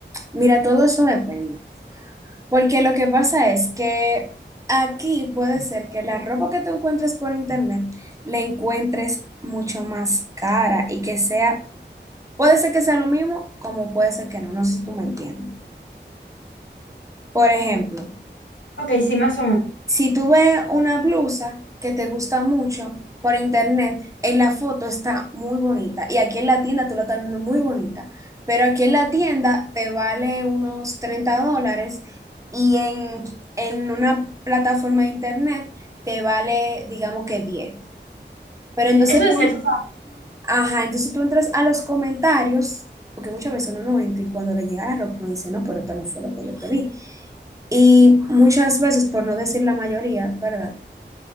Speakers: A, on the right; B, on the left.
A: Mira, todo eso depende. Porque lo que pasa es que aquí puede ser que la ropa que tú encuentres por internet la encuentres mucho más cara y que sea, puede ser que sea lo mismo, como puede ser que no. No sé si tú me entiendes. Por ejemplo,
B: Ok, sí, más o menos.
A: Si tú ves una blusa que te gusta mucho por internet, en la foto está muy bonita y aquí en la tienda tú la estás viendo muy bonita, pero aquí en la tienda te vale unos 30 dólares y en, en una plataforma de internet te vale, digamos que diez Pero entonces
B: Eso es
A: tú,
B: cierto.
A: ajá, entonces tú entras a los comentarios, porque muchas veces uno no entra y cuando le llega la ropa uno dice, no, pero esto no fue lo que yo pedí. Y muchas veces, por no decir la mayoría, ¿verdad?